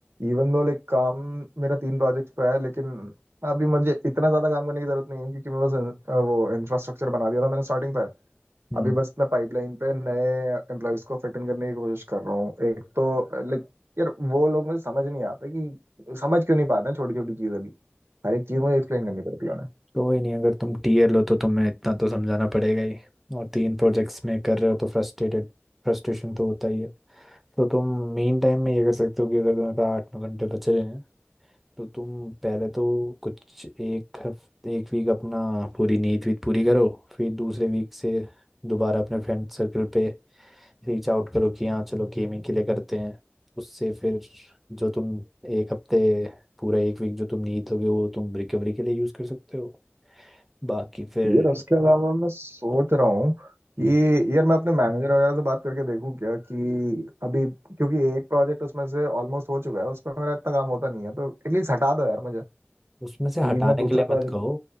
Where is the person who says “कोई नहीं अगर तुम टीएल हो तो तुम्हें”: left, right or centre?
Centre